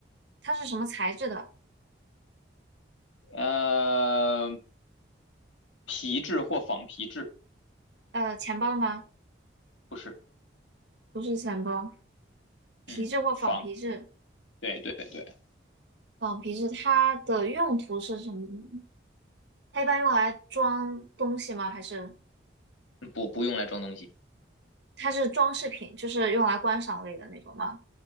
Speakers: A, on the right (about 65°); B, on the left (about 85°).
A: 它是什么材质的？
B: 呃，皮质或仿皮质，
A: 呃，钱包吗？
B: 不是。
A: 不是钱包，皮质或仿皮质。
B: 嗯，仿，对对对，
A: 仿皮质它的用途是什么呢它一般用来装东西吗？还是
B: 不不用来装东西，
A: 它是装饰品，就是用来观赏类的那种吗？